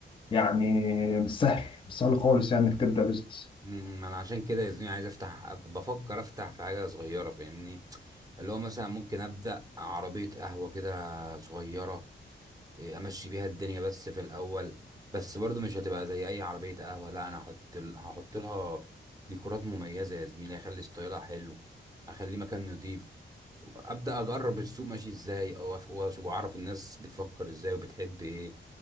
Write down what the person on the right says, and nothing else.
مم، ما أنا عشان كده يا زميلي عايز أفتح بفكر أفتح في حاجة صغيرة فاهمني اللي هو مثلا ممكن أبدأ عربية قهوة كده صغيرة إيه، امشي بيها الدنيا بس في الاول بس برضو مش هتبقى زي اي عربيه قهوه لا انا هحط ال- هحط لها ديكورات مميزه يا زميلي هخلي ستايلها حلو هخليه مكان نضيف ابدا اجرب السوق ماشي ازاي او أف- وأش- واعرف الناس بتفكر ازاي وبتحب ايه